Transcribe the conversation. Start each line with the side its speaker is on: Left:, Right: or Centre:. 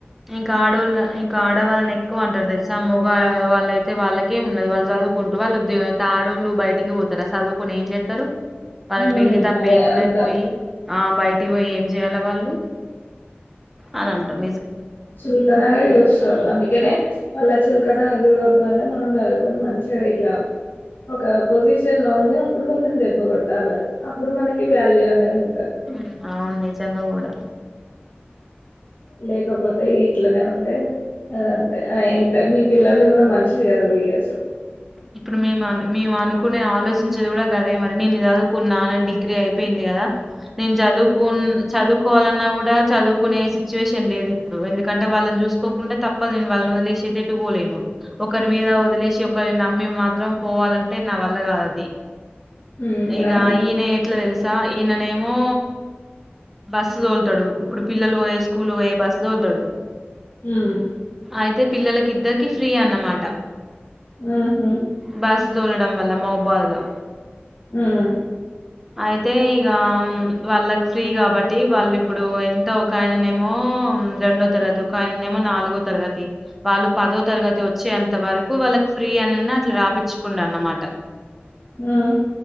Centre: ఇంకా ఆడోళ్ళ ఇంకా ఆడవాళ్ళని ఎ ఎక్కువ అంటరు తెలుసా ఆ మొగ వాళ్ళయితే వాళ్ళకే ఉన్నది వాళ్ళు చదువుకుంటరు వాళ్ళు ఉద్యోగం చేస్తరు ఆడోళ్లు బయటికి పోతరా చదువుకొని ఏం చేస్తరు వాళ్ళకి
Left: ఉమ్
Centre: పెళ్ళి తప్ప
Left: అదే
Centre: ఏమున్నది
Left: అంత
Centre: పోయి టికీ పోయి ఏం చేయాల వాళ్ళు అని అంటరు
Left: చులకన గా చూస్తారు చదవాలి వాళ్ళని చులకనగా చూడొద్దు అని మనం చదువుకొని మంచిగ ఇట్లా ఒక పొజిషన్ లో ఉండి ఇప్పుడు వాళ్ళని దెబ్బకొట్ ట్టాలా అప్పుడు మనకి వ్యాల్యూ అనేది ఉంటది
Centre: ఉమ్, అవును నిజంగా కూడా
Left: లేకపోతే ఇట్లనే ఉంటే అదంతే ఎంత మీ పిల్లలకి కూడా మంచిష కాదు <unintelligible>
Centre: ఇప్పుడు మేము మేము అనుకునే ఆలోచించేది కూడా గదే మరి నేను చదువుకున్నా నేను డిగ్రీ అయిపోయింది కదా నేను చదువుకు చదువుకోవాలన్నా కూడా చదువుకునే సిచ్యువేషన్ లేదు ఇప్పుడు కంటే వాళ్ళని చూసుకోకుండా తప్పదు నేను వాళ్ని వదిలేసి ఏటేటు పోలేను ఒకరి మీద వదిలేసి ఒకరి న మమ్మీ మాత్రం పోవాలంటే నా వల్ల కాదది
Left: ఉమ్
Centre: ఇక
Left: అవును
Centre: ఈనె ఎట్ల తెల్సా స ఈయననేమో బస్సు తోలుతడు ఇప్పుడు పిల్లలు పోయే స్కూల్ పోయే బస్సు తోలుతడు
Left: ఉమ్
Centre: అయితే పిల్లలకిద్దరికీ ఫ్రీ అన్నమాట
Left: ఉహు
Centre: బస్ తోలడం వల్ల మౌబాదులో
Left: ఉమ్
Centre: అయితే ఇక వాళ్ళకి ఫ్రీ కాబట్టి వాళ్ళు ఇప్పుడు ఎంత ఒక ఆయననేమో రెండో తరగతి ఒక ఆయననేమో నాలుగో తరగతి వాళ్ళు పదో తరగతి వచ్చేంత వరకు వాళ్ళకి ఫ్రీ అనే అట్లా రాపిచుకున అన్నమాట
Left: ఆహ